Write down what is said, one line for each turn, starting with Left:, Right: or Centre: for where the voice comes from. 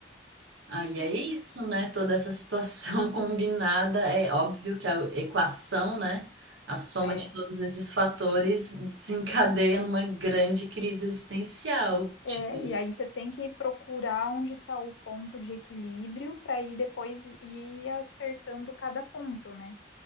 Right: Aí
Left: nossa,
Right: é isso, né? Toda essa situação <laughs> combinada, é óbvio que a equação, né? A soma
Left: É.
Right: de todos esses fatores desencadeia numa grande crise existencial.
Left: É,
Right: Tipo,
Left: e aí você tem que procurar onde está o ponto de equilíbrio para ir depois ir acertando cada ponto, né?